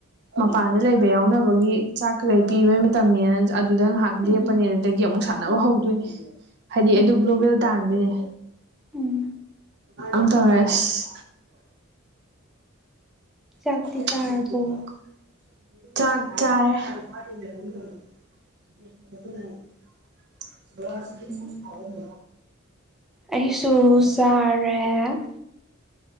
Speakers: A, on the right; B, in the centre.
A: ꯃꯄꯥꯟꯗ ꯂꯩꯕ ꯌꯥꯎꯅꯕꯒꯤ ꯆꯥꯛ ꯀꯩꯀꯩ ꯄꯤꯕꯩ ꯃꯇꯝꯅꯤꯅ ꯑꯗꯨꯗ ꯉꯥꯏꯍꯥꯛ ꯂꯦꯞ
B: ꯎꯝ
A: ꯄꯅꯦ ꯑꯗꯨꯗꯒꯤ ꯑꯃꯨꯛ ꯁꯥꯟꯅꯕ ꯍꯧꯗꯣꯏꯅꯦ ꯍꯥꯏꯗꯤ ꯑꯩꯗ
B: ꯎꯝ
A: ꯒ꯭ꯂꯣꯕꯦꯜ ꯇꯥꯟꯕꯗꯣꯏꯅꯦ
B: ꯎꯝ
A: ꯑꯇꯔꯁ
B: ꯆꯥꯛꯇꯤ
A: ꯑ
B: ꯆꯥꯔꯕꯣ
A: ꯆ ꯄꯨ ꯆꯥ ꯆꯥꯔꯦ ꯁ ꯂꯩ
B: ꯎꯝ ꯑꯩꯁꯨ ꯆꯥꯔꯦ